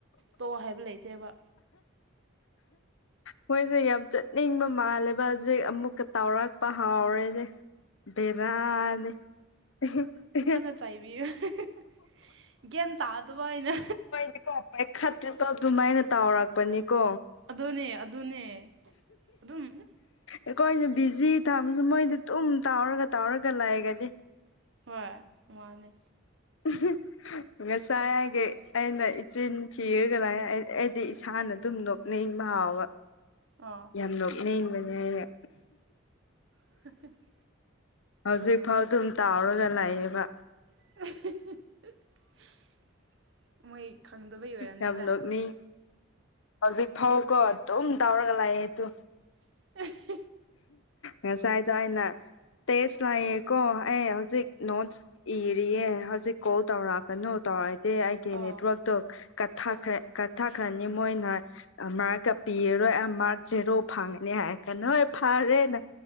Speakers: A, on the right; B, on the left.
A: ꯇꯣꯛꯑꯣ ꯍꯥꯏꯕ ꯂꯩꯇꯦꯕ
B: ꯃꯣꯏꯁꯦ ꯌꯥꯝ ꯆꯠꯅꯤꯡꯕ ꯃꯥꯜꯂꯦꯕ ꯍꯧꯖꯤꯛ ꯑꯃꯨꯛꯀ ꯇꯥꯎꯔꯛꯄ ꯍꯥꯎꯔꯦꯅꯦ ꯕꯦꯔꯥꯅꯦ <unintelligible>
A: ꯆꯩꯕꯤꯌꯨ <unintelligible> ꯒ꯭ꯌꯥꯟ ꯇꯥꯗꯕ ꯑꯩꯅ
B: <unintelligible> ꯄꯥꯏꯈꯠꯇ꯭ꯔꯤꯐꯥꯎ ꯑꯗꯨꯃꯥꯏꯅ ꯇꯥꯎꯔꯛꯄꯅꯤꯀꯣ
A: ꯑꯗꯨꯅꯦ ꯑꯗꯨꯅꯦ ꯑꯗꯨꯝ
B: ꯑꯩꯈꯣꯏꯅ ꯕꯤꯖꯤ ꯊꯝꯕꯁꯨ ꯃꯣꯏꯗ ꯇꯨꯝ ꯇꯥꯎꯔꯒ ꯇꯥꯎꯔꯒ ꯂꯥꯏꯒꯅꯤ
A: ꯍꯣꯏ ꯃꯥꯅꯦ
B: <unintelligible> ꯉꯁꯥꯏꯍꯥꯏꯗꯤ ꯑꯩꯅ ꯏꯆꯤꯟ ꯊꯤꯔꯒ <unintelligible> ꯑꯩꯗꯤ ꯏꯁꯥꯅ ꯑꯗꯨꯝ ꯅꯣꯛ <unintelligible>
A: ꯑꯥ
B: ꯌꯥꯝ ꯅꯣꯛꯅꯤꯡꯕꯅꯦ ꯑꯩꯅ
A: <inaudible>
B: ꯍꯧꯖꯤꯛ ꯐꯥꯎ ꯑꯗꯨꯝ ꯇꯥꯎꯔꯒ ꯂꯥꯛꯑꯦꯕ
A: <unintelligible> ꯃꯣꯏ ꯈꯪꯗꯕꯩ ꯑꯣꯏꯔꯝꯅꯤꯗ
B: ꯌꯥꯝ ꯅꯣꯛꯅꯤꯡ ꯍꯧꯖꯤꯛ ꯐꯥꯎꯀꯣ
A: ꯑ
B: ꯑꯗꯨꯝ ꯇꯥꯎꯔꯒ ꯂꯥꯛꯑꯦꯗꯣ
A: <unintelligible>
B: ꯉꯁꯥꯏꯗꯣ ꯑꯩꯅ ꯇꯦꯁ ꯂꯥꯛꯑꯦꯀꯣ ꯑꯩ ꯍꯧꯖꯤꯛ ꯅꯣꯠꯁ ꯏꯔꯤꯌꯦ ꯍꯧꯖꯤꯛ ꯀꯣꯜ ꯇꯧꯔꯛꯀꯅꯨ ꯇꯧꯔ ꯗꯦ ꯑꯩꯒꯤꯅꯦ
A: ꯑ
B: ꯇꯨꯋꯦꯞꯇꯣ ꯀꯠꯊꯈ꯭ꯔꯦ
A: ꯑ
B: ꯀꯠꯊꯈ꯭ꯔꯅꯤ ꯃꯣꯏꯅ ꯃꯥꯛꯀ ꯄꯤꯔꯔꯣꯏ ꯑ ꯃꯥꯛ ꯖꯦꯔꯣ ꯐꯪꯉꯅꯤ ꯍꯥꯏꯔꯀꯅ ꯐꯔꯦꯅ